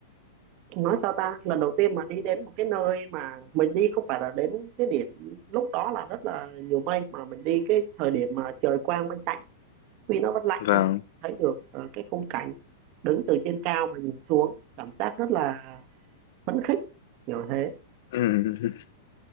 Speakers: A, on the right; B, on the left.
A: nói sao ta lần đầu tiên mà đi đến một cái nơi mà mình đi không phải là đến cái điểm lúc đó là rất là nhiều mây mà mình đi cái thời điểm mà trời quang mây tạnh tuy nó vẫn lạnh
B: vâng,
A: nhưng mình thấy được ờ, cái khung cảnh đứng từ trên cao mà nhìn xuống cảm giác rất là phấn khích kiểu thế
B: ừ, <laughs>